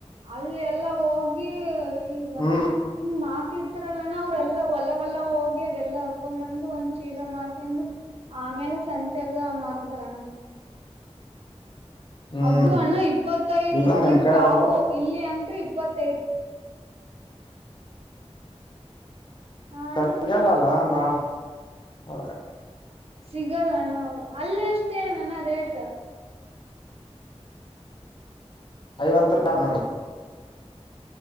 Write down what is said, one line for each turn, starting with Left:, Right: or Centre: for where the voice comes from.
Right: ಅಲ್ಲಿ ಎಲ್ಲಾ ಹೋಗಿ ಈಗ
Left: ಹ್ಮ್
Right: ಹಿಂಗ್ ಮಾಡ ತಿರ್ತಾರಲ್ಲಣ್ಣ ಅವ್ರಲ್ಲ ಹೊಲ ಹೊಲ ಹೋಗಿ ಅದೆಲ್ಲಾ ಹರ್ಕೊಂಡ್ ಬಂದು ಒಂದ್ ಚೀಲ ಮಾಡ್ಕೊಂಡ್ ಆಮೇಲೆ ಸಂತ್ಯಾಗ ಮಾರ್ತಾರಣ್ಣ
Left: ಹ್ಮ್
Right: ಅದು ಅಣ್ಣ ಇಪ್ಪತ್ತೈದ
Left: ಇಲ್ಲ
Right: ರೂಪಾಯಕ್
Left: ನಿಮ್ ಕಡೆ
Right: ಪಾವು
Left: ಅವು
Right: ಇಲ್ಲಿ ಅಂದ್ರ ಇಪ್ಪತ್ತೈದ ಹ
Left: ಸಂಜಾಲಲ್ಲಾ
Right: ಅಣ್ಣ
Left: ಬಾಳ್ ಅದಕ
Right: ಸಿಗಲ್ಲಣ್ಣ ಅಲ್ಲಿ ಎಸ್ಟ್ ಹೇಳಿಲಣ್ಣ ರೇಟ್
Left: ಐವತ್ತು ರೂಪಾಯಿ
Right: ಹಲೋ
Left: ಮಾಡಿರಿ